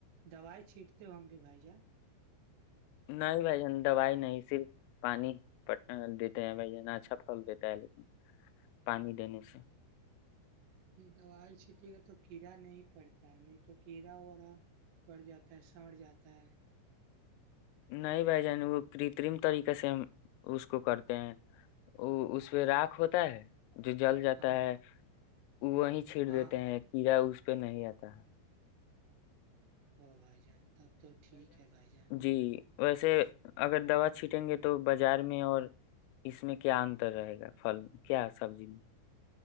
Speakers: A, on the right; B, on the left.
A: دوائی چھیٹتے ہو ہم بھیی بھائی جان
B: نہیں بھائی جن دوائی نہیں صرف پانی دیتے ہیں بھائی جن اچھا پھل دیتا ہے لیکن پانی دینے سے
A: دوائی چھینٹیے گا تو کیڑا نہیں پڑتا ہے نہیں تو کیڑا اورا پڑ جاتا ہے سڑ جاتا ہے
B: نہیں بھائی جان وہ کترم طریقے سے ہم اس کو کرتے ہیں وہ اس پہ راک ہوتا ہے جو جل جاتا
A: ہاں
B: ہے
A: بھائی
B: وہی چھیڑ
A: ہاں
B: دیتے
A: ہاں
B: ہیں کیڑا اس پہ نہیں آتا ہے
A: ا بھائی جان تب تو ٹھیک ہے بھائی جان
B: جی ویسے اگر دوا چھیٹیں گے تو بازار میں اور اس میں کیا انتر رہے گا پھل کیا سبزی میں